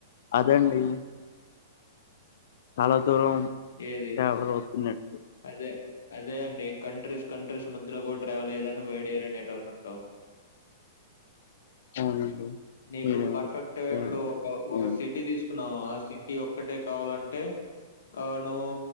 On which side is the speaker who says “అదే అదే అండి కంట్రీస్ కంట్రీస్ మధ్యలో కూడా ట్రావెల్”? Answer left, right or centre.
Left